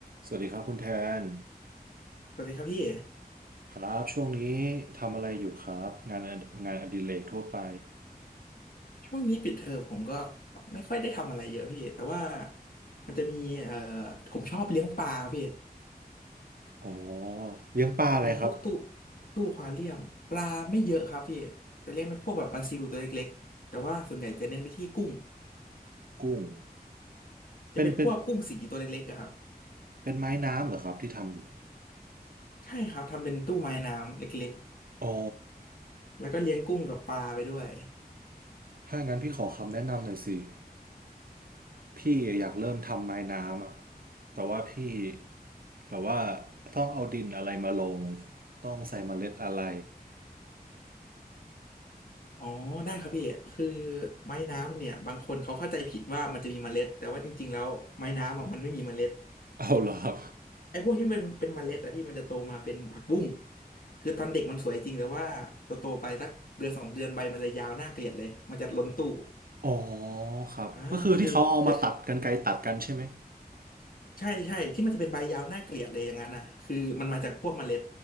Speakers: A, on the right; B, on the left.
A: สวัสดีครับคุณแทน
B: สวัสดีครับพี่
A: ครับช่วงนี้ทำอะไรอยู่ครับงานองานอดิเรกทั่วไป
B: ช่วงนี้ปิดเทอมผมก็ไม่ค่อยได้ทำอะไรเยอะพี่แต่ว่ามันจะมีเอ่อผมชอบเลี้ยงปลาพี่
A: อ๋อเลี้ยงปลาอะไรครับ
B: ทำพวกตู้ตู้อควาเรียมปลาไม่เยอะครับพี่จะเลี้ยงเป็นพวกแบบปลาซิวตัวเล็กๆแต่ว่าส่วนใหญ่จะเน้นไปที่กุ้ง
A: กุ้ง
B: จะเป็นพวกกุ้งสีตัวเล็กๆอะครับ
A: เป็นเป็นเป็นไม้น้ำเหรอครับที่ทำอยู่
B: ใช่ครับทำเป็นตู้ไม้น้ำเล็ก
A: อ๋อ
B: ๆแล้วก็เลี้ยงกุ้งกับปลาไปด้วย
A: ถ้างั้นพี่ขอคำแนะนำหน่อยสิพี่อยากเริ่มทำไม้น้ำอะแต่ว่าพี่แบบว่าต้องเอาดินอะไรมาลงต้องใส่เมล็ดอะไร
B: อ๋อได้ครับพี่คือไม้น้ำเนี่ยบางคนเขาเข้าใจผิดว่ามันจะมีเมล็ดแต่ว่าจริงๆแล้วไม้น้ำอะมันไม่มีเมล็ด
A: เอาเหรอครับ
B: ไอ้พวกที่มันเป็นเมล็ดอะพี่มันจะโตมาเป็นผักบุ้งคือตอนเด็กมันสวยจริงแต่ว่าโตโตไปสักเดือนสองเดือนใบมันจะยาวน่าเกลียดเลยมันจะล้นตู้
A: อ๋อครับก็คือที่เขาเอามาตัดกรรไกรตัดกันใช่ไหม
B: อ่าคือคือใช่ใช่ที่มันจะเป็นใบยาวน่าเกลียดเลยอย่างนั้นนะคือมันมาจากพวกเมล็ด